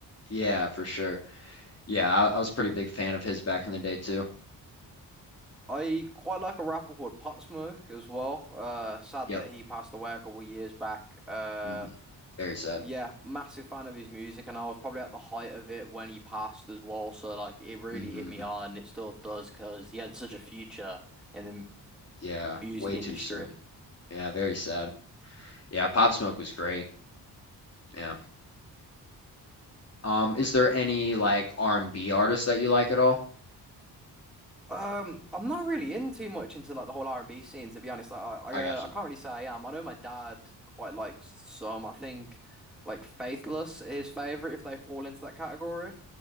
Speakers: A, on the left; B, in the centre.
A: Yeah, for sure. Yeah, I, I was a pretty big fan of his back in the day too.
B: I quite like a rapper called Pop Smoke as well. Uh, sad
A: Yep.
B: that he passed away a couple of years back. Uh,
A: hmm Very sad.
B: yeah, massive fan of his music, and I was probably at the height of it when he passed as well. So like, it really
A: hmm
B: hit me hard, and it still does because he had such a future in the
A: Yeah,
B: music
A: way
B: industry.
A: too soon. Yeah, very sad. Yeah, Pop Smoke was great. Yeah. Um, is there any like R&B artists that you like at all?
B: Um, I'm not really in too much into like the whole R&B scene, to be honest. Like, I
A: I
B: I,
A: got
B: uh,
A: you.
B: I can't really say I am. I know my dad quite likes some. I think like Faithless is his favorite if they fall into that category.